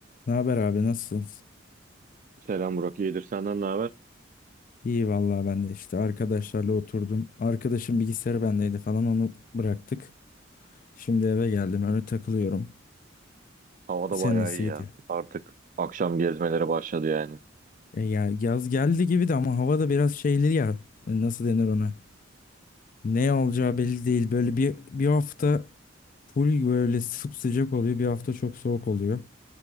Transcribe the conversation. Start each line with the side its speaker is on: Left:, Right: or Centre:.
Left: Ne haber abi nasılsınız?
Right: Selam Burak. İyidir senden ne haber?
Left: İyi vallahi ben de işte arkadaşlarla oturdum. Arkadaşım bilgisayarı bendeydi falan onu bıraktık. Şimdi eve geldim öyle takılıyorum.
Right: Havada
Left: Sen
Right: bayağı
Left: nasıl
Right: iyi
Left: gidiyor?
Right: ya. Artık akşam gezmelere başladı yani.
Left: E ya yaz geldi gibi de ama hava da biraz şeyli ya. E, Nasıl denir ona? Ne olacağı belli değil. Böyle bir bir hafta full böyle sıcak oluyor. Bir hafta çok soğuk oluyor.